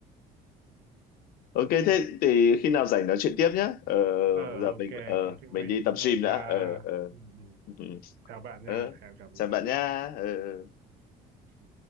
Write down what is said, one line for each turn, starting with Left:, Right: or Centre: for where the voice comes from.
Left: Ok thế thì khi nào rảnh nói chuyện tiếp nhé. Ờ,
Right: ờ
Left: giờ
Right: ok
Left: mình ờ,
Right: có chuyện
Left: mình
Right: mình
Left: đi
Right: cũng
Left: tập
Right: phải
Left: gym
Right: ra
Left: đã. Ờ, ờ.
Right: ừ, ừ.
Left: Ừ.
Right: chào bạn
Left: Ờ,
Right: nha hẹn gặp lại
Left: Chào bạn nha. Ờ.
Right: Ừ.